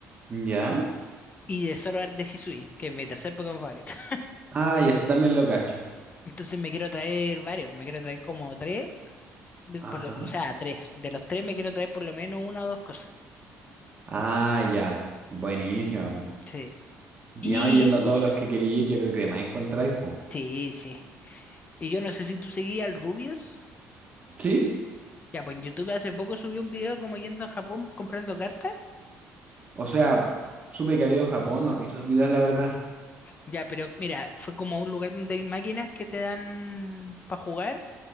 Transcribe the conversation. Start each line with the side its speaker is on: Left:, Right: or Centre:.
Right: ¿Ya?
Left: Y de Zoroark de Hisui, que es mi tercer Pokémon favorito. <laughs>
Right: Ah, ya, ese también lo cacho.
Left: Entonces me quiero traer varios, me quiero traer como tres de-
Right: Ajá.
Left: por lo- o sea, tres. De los tres me quiero traer por lo menos una o dos cosas.
Right: Ah, ya, buenísima, po.
Left: Sí.
Right: Y
Left: Y...
Right: no, yendo a todos los que quería ir, yo creo que de más encontráis, po.
Left: Sí, sí. Y yo no sé si tú seguías al Rubius.
Right: ¿Sí?
Left: Ya, pues en YouTube hace poco subió un video como yendo a Japón comprando cartas.
Right: O sea, supe que había ido Japón, no vi esos videos, la verdad.
Left: Ya, pero mira, fue como a un lugar donde hay máquinas que te dan para jugar.